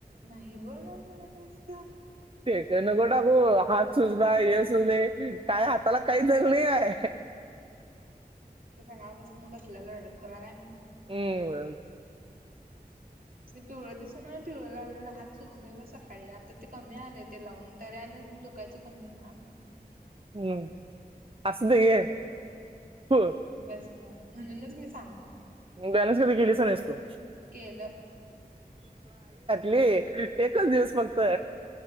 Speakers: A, on the right; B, on the right.
A: नाही बोलणार म्हणालीस तू
B: ते नको टाकू. सुजना हे सु दे काय हाताला काही जग नाही आहे.
A: सकाळ बसून बसलेला रडत तोला काय.
B: ह
A: पिवळ दिस ना पिवळ लावलेलं हात सुजलेला सकाळी आता त कमी आले ते लावून तर अजून धुकायच कमी ना
B: हम्म असुदे घे. हो
A: बस म म्हणूनच बस.
B: बॅलन्स कधी केलीस का नाही तू,
A: केलं
B: ली एकच दिवस फक्त.